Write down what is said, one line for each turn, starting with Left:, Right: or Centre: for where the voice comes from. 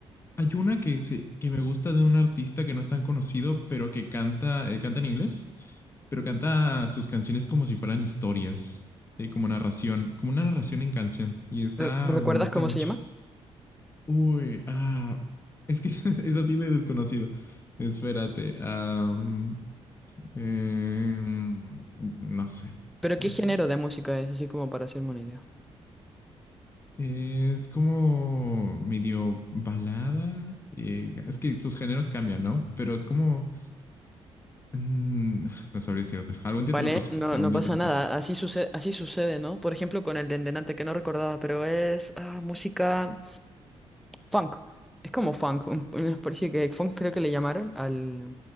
Left: hay una que, se, que me gusta de un artista que no es tan conocido, pero que canta, eh, canta en inglés, pero canta sus canciones como si fueran historias, eh, como narración, como una narración en canción. Y esta
Centre: Re- ¿Recuerdas
Left: me gusta
Centre: cómo
Left: mucho.
Centre: se llama?
Left: Uy, ah, es que <laughs> es, así de desconocido. Espérate, am, em, no sé,
Centre: Pero
Left: no
Centre: ¿qué género
Left: sé.
Centre: de música es? Así como para hacerme una idea.
Left: Es como medio balada. y- es que sus géneros cambian, ¿no? Pero es como, mm, no sabría decirte. Algún día
Centre: Vale,
Left: te lo pasa,
Centre: no,
Left: algún
Centre: no pasa
Left: día te lo
Centre: nada.
Left: pasa.
Centre: Así sucede, así sucede, ¿no? Por ejemplo, con el Dendenante, que no recordaba, pero es ah, música. Funk. Es como funk, un- una especie que funk creo que le llamaron al